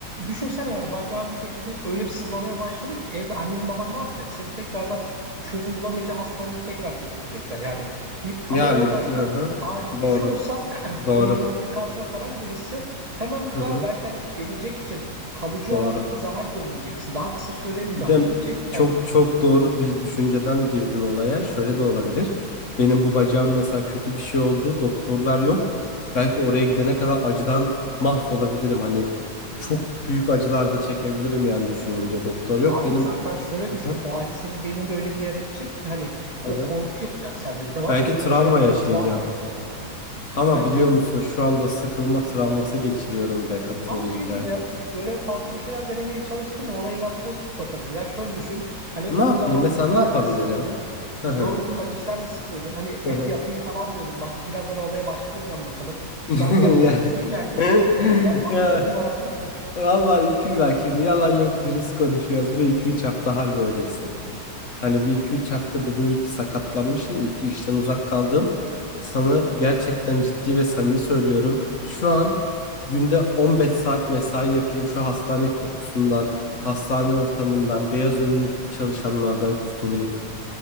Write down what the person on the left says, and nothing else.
Yani
d- hı hı.
Doğru.
Doğru.
Hı hı.
Doğru.
Bir de
çok
çok doğru bir düşünceden girdin olaya. Şöyle de olabilir. Benim bu bacağım mesela kötü bir şey oldu. Doktorlar yok. Belki oraya gidene kadar acıdan mahvolabilirim. Hani çok büyük acılar da çekebilirim yani düşününce. Doktor yok.
Benim
Aha,
aha.
Belki
travma
yaşayacağım.
Ama
biliyor musun şu anda sıkılma travması geçiriyorum be katılımcı
be.
Ne yapayım?
Mesela
ne yapabilirim?
Hı hı.
Hı
hı. <laughs>
<laughs>
Ya
vallahi iki bak şimdi yalan yok dürüst konuşuyoruz. Bu iki üç hafta harbi öyle hissettim. Hani bu iki üç hafta dedim iyi ki sakatlanmışım, iyi ki işten uzak kaldım. Sana gerçekten ciddi ve samimi söylüyorum. Şu an günde 15 saat mesai yapayım şu hastane kokusundan, hastane ortamından, beyaz önlüklü çalışanlardan kurtulayım.